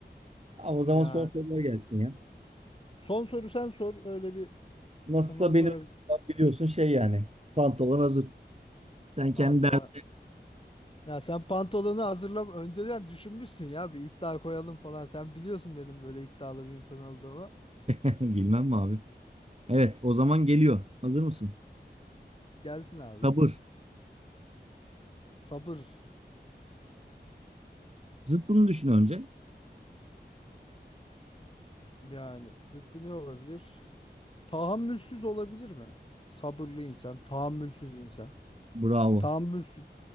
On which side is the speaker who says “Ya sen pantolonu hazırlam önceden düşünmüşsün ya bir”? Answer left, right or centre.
Left